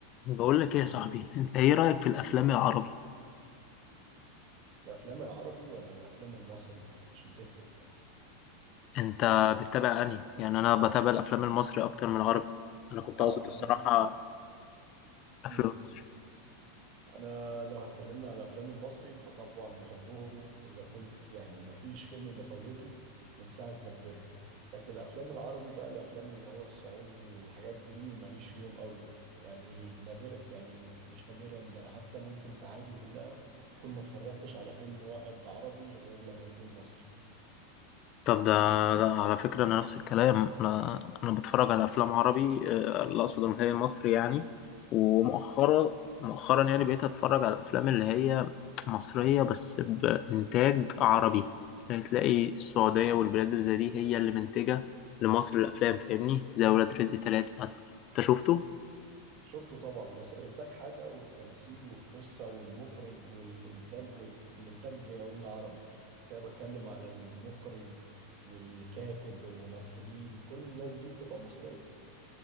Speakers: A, on the left; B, on the right.
A: بقول لك ايه يا صاحبي انت ايه رأيك في الافلام العربي
B: الافلام العربي ولا الافلام المصري عشان تفرق
A: انت بتتابع انهي يعني انا بتابع الافلام المصري اكتر من العربي انا كنت
B: اه
A: اقصد الصراحة
B: انا
A: افلام
B: امم
A: المصري
B: انا لو هتكلمنا على الافلام المصري فطبعا بحبهم اذا كنت يعني ما فيش فيلم بفوته من ساعة ما كبرت لكن الافلام العربي بقى الافلام اللي هو السعودي والحاجات دي ماليش فيهم قوي يعني نادرا يعني مش نادرا ده انا حتى ممكن في حياتي كلها اكون ما اتفرجتش على فيلم واحد عربي غير لما يكون مصري
A: طب ده, ده على فكرة انا نفس الكلام انا انا بتفرج على افلام عربي آه، اللي اقصد ان هي مصري يعني ومؤخرا مؤخرا يعني بقيت اتفرج على الافلام اللي هي مصرية بس بانتاج عربي يعني تلاقي السعودية والبلاد اللي زي دي هي اللي منتجة لمصر الافلام فاهمني زي ولاد رزق ثلاثة مثلا انت شفته
B: شفته طبعا بس الانتاج حاجة والتمثيل والقصة والمخرج والانتاج والانتاج قلنا عربي كده بتكلم على المخرج والكاتب والممثلين كل الناس دي بتبقى مصرية